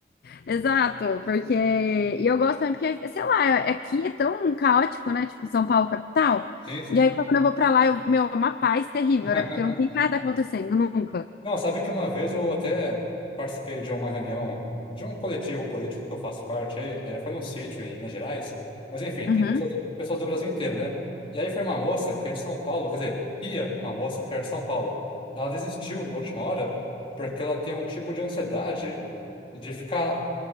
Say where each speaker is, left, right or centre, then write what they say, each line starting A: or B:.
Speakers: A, on the left; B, on the left.
A: Exato, porque. E eu gosto também, porque, sei lá, aqui é tão caótico, né? Tipo, São Paulo, capital.
B: Sim, sim.
A: E aí, quando eu vou pra lá, eu... meu, é uma paz terrível,
B: <laughs>
A: né? Porque não tem nada acontecendo nunca.
B: Não, sabe que uma vez eu até participei de uma reunião, de um coletivo político que eu faço parte aí, eh, foi num sítio em Minas Gerais, mas enfim, tem
A: Uhum.
B: pessoas, do- pessoas do Brasil inteiro, né? E aí foi uma moça que é de São Paulo, quer dizer, ia uma moça que era de São Paulo. Ela desistiu na última hora porque ela tem um tipo de ansiedade de ficar